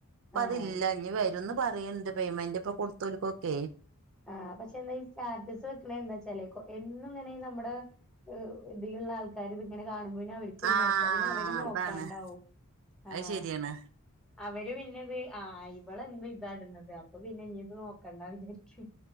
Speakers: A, on the right; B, in the centre.
A: പ്പ
B: ആഹ്
A: അതില്ല ഇനി വരുന്ന് പറയണ്ട് പേയ്മെന്റിപ്പൊ കൊടുത്തോല്ക്കൊക്കേ
B: ആഹ് പക്ഷെ എന്നാ ഈ സ്റ്റാറ്റസ് വെക്ക്ണേ എന്താച്ചാലേ എന്നുങ്ങനെ നമ്മട ഇതിലുള്ള ആൾക്കാരിതിങ്ങനെ കാണുമ്പോ പിന്നവരും ക്കൊരു
A: ആഹ്
B: മടുപ്പാ പിന്നവെര് നോക്കാണ്ടാവും
A: അതാണ് അത്
B: ആഹ്
A: ശരിയാണ്
B: അവര് പിന്നെ ഇത് ആ ഇവളെന്നും ഇതാഇടുന്നത് അപ്പൊ പിന്നെ ഇഞ്ഞിത് നോക്കണ്ടാ വിചാരിക്കും